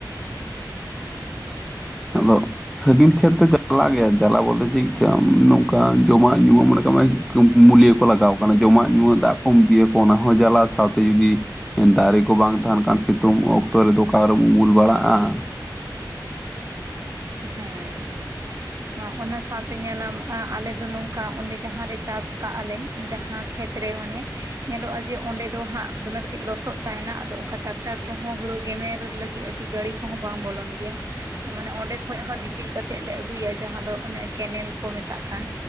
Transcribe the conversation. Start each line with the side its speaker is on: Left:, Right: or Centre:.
Centre: ᱟᱫᱚ ᱥᱟᱺᱜᱤᱧ ᱠᱷᱮᱛ ᱫᱚ ᱡᱟᱞᱟ ᱜᱮᱭᱟ ᱡᱟᱞᱟ ᱵᱚᱞᱛᱮ ᱪᱮᱫᱠᱟ ᱱᱚᱝᱠᱟ ᱡᱚᱢᱟᱜ ᱧᱩᱣᱟᱜ ᱢᱚᱱᱮ ᱠᱟᱜ ᱢᱮ ᱢᱩᱞᱭᱟᱹ ᱠᱚ ᱞᱟᱜᱟᱣᱼᱼ ᱢᱟᱱᱮ ᱡᱚᱢᱟᱜ ᱧᱩᱣᱟᱜ ᱫᱟᱜ ᱠᱚᱢ ᱤᱫᱤᱭᱟᱠᱚᱣᱟ ᱚᱱᱟ ᱦᱚᱸ ᱡᱟᱞᱟ ᱥᱟᱶᱛᱮ ᱡᱩᱫᱤ ᱫᱟᱨᱮ ᱠᱚ ᱵᱟᱝ ᱛᱟᱦᱮᱱ ᱠᱷᱟᱱ ᱥᱤᱛᱩᱢ ᱚᱠᱛᱚ ᱨᱮ ᱫᱚ ᱚᱠᱟ ᱠᱚᱨᱮᱢ ᱩᱢᱩᱞ ᱵᱟᱲᱟᱜᱼᱟ᱾
Right: ᱦᱮᱸ ᱚᱱᱟ ᱥᱟᱶᱛᱮ ᱧᱮᱞᱟᱢ ᱟᱞᱮ ᱫᱚ ᱱᱚᱝᱠᱟ ᱚᱸᱰᱮ ᱡᱟᱦᱟᱸᱨᱮ ᱪᱟᱥ ᱠᱟᱜᱼᱟᱞᱮ ᱡᱟᱦᱟᱸ ᱠᱷᱮᱛ ᱨᱮ ᱢᱟᱱᱮ ᱧᱮᱞᱚᱜᱼᱟ ᱡᱮ ᱚᱸᱰᱮ ᱫᱚ ᱦᱟᱸᱜ ᱫᱚᱢᱮ ᱠᱟᱹᱴᱤᱡ ᱞᱚᱥᱚᱫ ᱛᱟᱦᱮᱱᱟ ᱟᱫᱚ ᱚᱱᱠᱟ ᱴᱟᱠᱴᱟᱨ ᱠᱚᱦᱚᱸ ᱦᱩᱲᱩ ᱜᱮᱢᱮᱨ ᱞᱟᱹᱜᱤᱫ ᱜᱟᱹᱲᱤ ᱠᱚᱦᱚᱸ ᱵᱟᱝ ᱵᱚᱞᱚᱱ ᱜᱮᱭᱟ ᱢᱟᱱᱮ ᱚᱸᱰᱮ ᱠᱷᱚᱡ ᱦᱚᱸ ᱫᱤᱯᱤᱞ ᱠᱟᱛᱮᱫ ᱞᱮ ᱟᱹᱜᱩᱭᱟ ᱡᱟᱦᱟᱸ ᱫᱚ ᱚᱱᱮ ᱠᱮᱱᱮᱞ ᱠᱚ ᱢᱮᱛᱟᱜ ᱠᱟᱱ